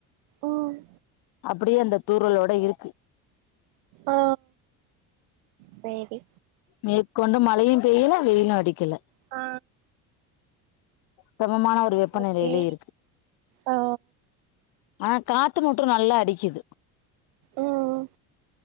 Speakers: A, on the right (about 70°); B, on the left (about 55°).
A: ம்
B: அப்டியே அந்த தூறலோட இருக்கு
A: ஆ சேரி
B: மேற்கொண்டு மழயு பெய்யல வெயிலு அடிக்கல
A: ஆ
B: சமமான ஒரு வெப்பநிலைல
A: ஓகே
B: இருக்கு
A: ஆ
B: அ காத்து மட்டு நல்லா அடிக்கிது
A: ம்